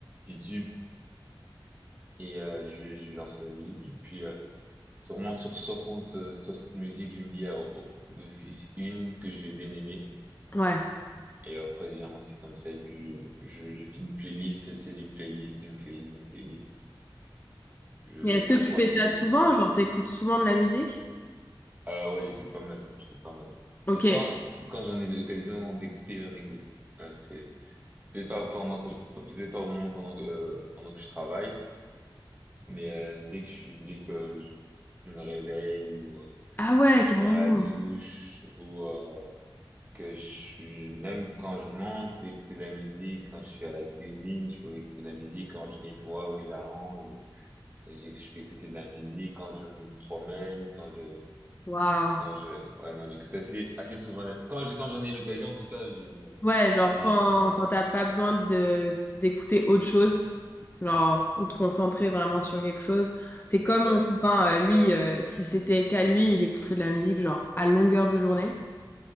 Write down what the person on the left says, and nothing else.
Ouais.
Mais est-ce
que
tu fais
ça
souvent?
Genre, t'écoutes souvent de la musique?
Ok.
Ah ouais,
carrément.
Waouh.
Ouais, genre
quand,
quand t'as pas besoin de d'écouter autre chose, genre, ou de concentrer vraiment sur quelque chose, t'es comme
mon copain, euh, lui, euh, si c'était qu'à lui, il écouterait de la musique, genre, à longueur de journée.